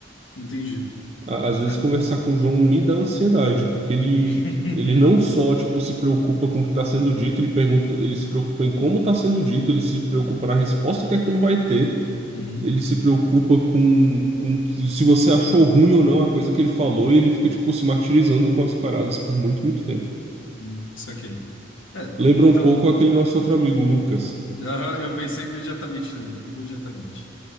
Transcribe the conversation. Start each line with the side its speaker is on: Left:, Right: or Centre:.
Left: Entendi.
Right: a- às vezes
Left: É.
Right: conversar com o João me dá ansiedade, porque ele,
Left: <laughs>
Right: ele não só, tipo, se preocupa com o que está sendo dito, ele pergunta, ele se preocupa em como está sendo dito, ele se preocupa na resposta que aquilo vai ter,
Left: Uhum.
Right: ele se preocupa com, com se você achou ruim ou não a coisa que ele falou, e ele fica, tipo, se martirizando com as paradas por muito, muito tempo.
Left: Uhum. Saquei. É,
Right: Lembra um
Left: talvez.
Right: pouco aquele nosso outro amigo, o Lucas.
Left: Aham, eu pensei imediatamente nele, imediatamente.